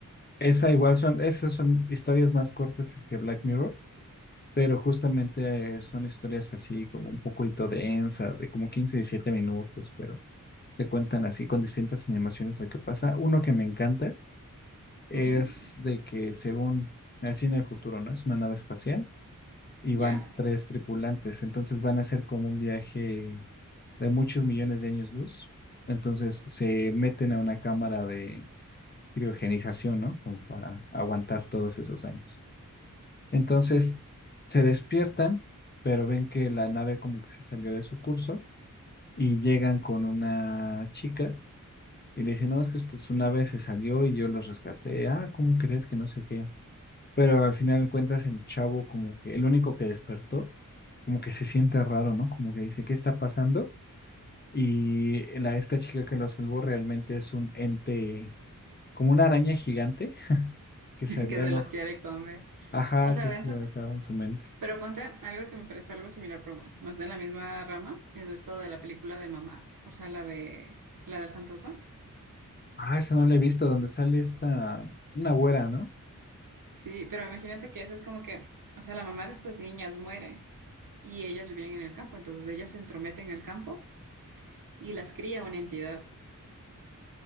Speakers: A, on the left; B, on the right.
A: Esa igual son, esas son historias más cortas que Black Mirror Pero justamente eh, son historias así como un poquito densas, de como 15, 17 minutos, pero te cuentan así con distintas animaciones lo que pasa. Uno que me encanta es
B: Ujú.
A: de que según eh, así en el futuro, ¿no? Es una nave espacial y van
B: Ya,
A: tres tripulantes, entonces van a hacer como un viaje de muchos millones de años luz. Entonces se meten a una cámara de criogenización, ¿no? Como para aguantar todos esos años. Entonces se despiertan, pero ven que la nave como que se salió de su curso y llegan con una chica y le dicen, no, es que usted- su nave se salió y yo los rescaté. Ah, ¿cómo crees que no sé qué? Pero al final de cuentas el chavo como que, el único que despertó, como que se siente raro, ¿no? Como que dice, ¿qué está pasando? Y la, esta chica que lo salvó realmente es un ente, como una araña gigante que se
B: <laughs>
A: había
B: que se
A: lo,
B: los quiere comer.
A: ajá,
B: O sea,
A: que
B: denso.
A: se había quedado en su mente.
B: Pero ponte algo que me parece algo similar, pero bueno, no de la misma rama, es esto de la película de mamá, o sea, la de, la del fantasma.
A: Ah, esa no la he visto, donde sale esta, una güera, ¿no?
B: Sí, pero imagínate que esa es como que, o sea, la mamá de estas niñas muere. y ellas vivían en el campo, entonces ellas se entrometen en el campo y las cría una entidad.